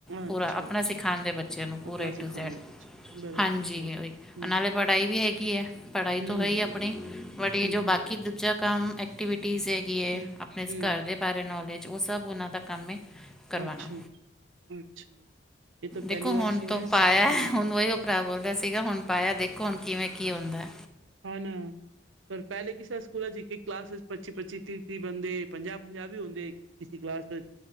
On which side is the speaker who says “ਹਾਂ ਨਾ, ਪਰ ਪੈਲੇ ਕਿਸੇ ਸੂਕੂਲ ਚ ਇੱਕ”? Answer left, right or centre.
Right